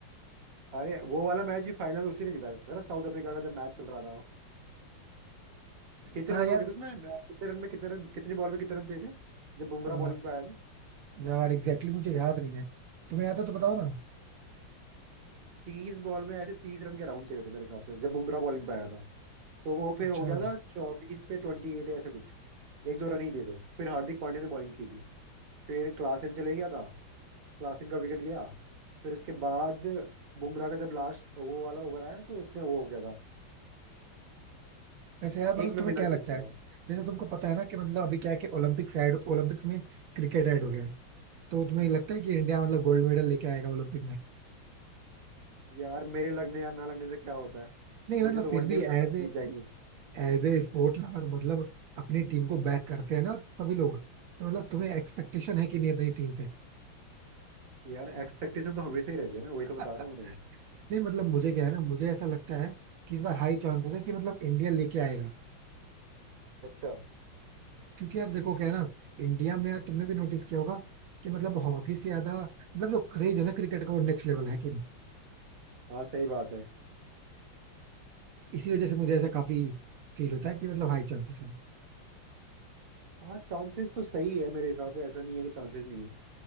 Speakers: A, on the right (about 40°); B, on the right (about 80°).
A: अरे वो वाला मैच भी फाइनल उसी ने जिताया था ना साउथ अफ्रीका का जब मैच चल रहा था कितने
B: हाँ
A: रन
B: यार
A: हो गए थे उसमें कितने रन में कितने रन कितनी बॉल में कितने रन चाहिए थे जब बुमराह
B: अ,
A: बॉलिंग पे आया
B: यार एग्जैक्टली exactly मुझे याद नहीं है तुम्हें याद है तो बताओ ना
A: तीस बॉल में ऐसे तीस रन के राउंड चाहिए थे मेरे हिसाब से जब बुमराह बॉलिंग पे आया था तो वो फिर
B: अच्छा
A: हो गया था चौबीस पे ट्वेंटी एट ऐसे कुछ एक दो रन ही दिए थे फिर हार्दिक पांड्या ने बॉलिंग की थी फिर क्लासेन चले गया था क्लासेन का विकेट गया फिर उसके बाद बुमराह का जब लास्ट वो वाला ओवर आया तो उसमें वो हो गया था
B: वैसे यार मतलब
A: एक में
B: तुम्हें
A: मिलर
B: क्या
A: चले
B: लगता
A: गया
B: है
A: था
B: जैसे तुमको पता है ना कि मतलब अभी क्या है कि ओलंपिक्स ऐड ओलंपिक्स में क्रिकेट ऐड हो गया है तो तुम्हें लगता है कि इंडिया मतलब गोल्ड मेडल लेके आएगा ओलंपिक में
A: यार मेरे लगने या ना लगने से क्या होता है
B: नहीं मतलब
A: मुझे तो
B: फिर
A: वनडे
B: भी
A: भी लगा
B: as
A: था
B: a
A: जीत जाएंगे
B: as a sport lover मतलब अपनी टीम को बैक करते हैं ना सभी लोग तो मतलब तुम्हें एक्सपेक्टेशन है कि नहीं अपनी टीम से
A: यार एक्सपेक्टेशन तो हमेशा ही रहती है ना वही
B: <laughs>
A: तो बता रहा हूँ मैं तुम्हें
B: नहीं मतलब मुझे क्या है ना मुझे ऐसा लगता है कि इस बार हाई चांसेस है कि मतलब इंडिया लेके आएगा
A: अच्छा
B: क्योंकि यार देखो क्या है ना इंडिया में यार तुमने भी नोटिस किया होगा कि मतलब हॉकी से ज्यादा मतलब जो क्रेज है ना क्रिकेट का वो नेक्स्ट लेवल है कि नहीं
A: हाँ सही बात है
B: इसी वजह से मुझे ऐसा काफी फील होता है कि मतलब हाई चांसेस है
A: हाँ चांसेस तो सही है मेरे हिसाब से ऐसा नहीं है कि चांसेस नहीं है